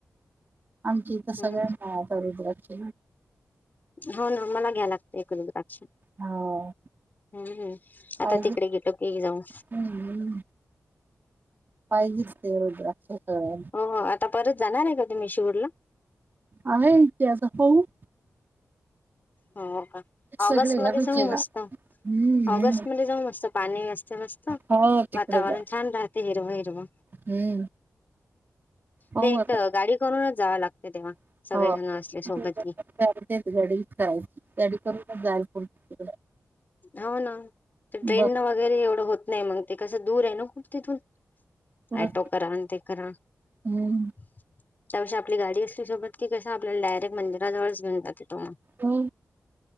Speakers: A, on the right; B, on the left.
A: आमची इथं सगळ्या
B: हम्म
A: ना रुद्राक्ष
B: हो ना मला घ्या लागतंय एक रुद्राक्ष.
A: हो
B: हम्म हम्म.
A: पाहिजे
B: आता तिकडे गेलो की जाऊन
A: हम्म पाहिजेच की रुद्राक्ष सगळ्यांना
B: हो, हो. आता परत जाणार आहे का तुम्ही शिवडला?
A: आहे इथे अस कोन?
B: हो का ऑगस्ट
A: सगळे
B: मध्ये
A: घालूचे
B: जाऊ मस्त,
A: ना हम्म
B: ऑगस्ट
A: हम्म
B: मध्ये जाऊ मस्त पाणी अ मस्त, मस्त
A: हो तिकडे
B: वातावरण
A: जा
B: छान राहते हिरव-हिरव.
A: हम्म पाहू
B: ते एक
A: आता
B: तर गाडी करूनच जाव लागते तेव्हा
A: <unintelligible>
B: सगळेजण असले सोबत की हो ना तर ट्रेन
A: बघ
B: न वगैरे एवढं होत नाही मग ते कसं दूर आहे ना खूप तिथून
A: पुरं
B: ऍटो करा आणि ते करा त्यापेक्षा
A: हम्म
B: आपली गाडी असली सोबत कि कसं आपल्याला डायरेक्ट मंदिराजवळच घेऊन जाते तो मग
A: हो